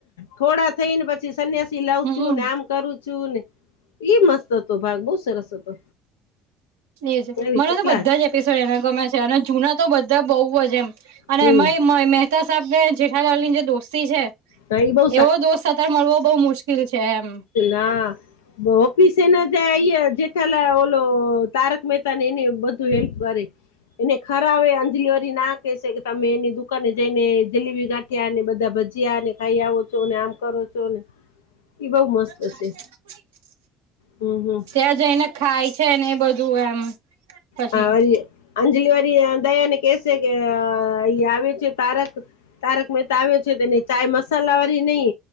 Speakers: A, on the left; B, on the right.
A: થોડા થઈ ને પછી સન્યાસી લઉ
B: હમ
A: છું, ને આમ કરું છું ને એ મસ્ત હતો ભાગ બો સરસ હતો.
B: એજ
A: એવી
B: મને
A: કેટલા
B: તો બધા
A: છે?
B: જ એપિસોડ એના ગમે છે, અને જૂના તો બધા બઉુ જ એમ અને
A: હમ.
B: એમાંય મહેતા સાબ ને જેઠાલાલ ની જે દોસ્તી છે.
A: હા એ બહુ
B: એવો દોસ્ત અતાર મળવો બહુ મુશ્કેલ છે, એમ
A: હા ઓફીસે ના જાઈ જેઠાલાલ ઓલો તારક મહેતા ને એને બધું હેલ્પ કરે. એને ખરાવે અંજલી ઓરી ના કેહેસે કે તમે એની દુકાને જઈને જલેબી ગા ઠિયા ને બધા ભજીયા ને ખાઈ આવો છો ને આમ કરો છો ને એ બહુ મસ્ત
B: <inaudible>
A: છે હમ હમ.
B: ત્યાં જઈને ખાય છે ને એ બધું એમ પછી
A: હા વરી અંજલી વરી દયાને કે સે અ એ આવે છે તારક તારક મહેતા આવ્યો છે તેને ચાય મસાલા વાળી ની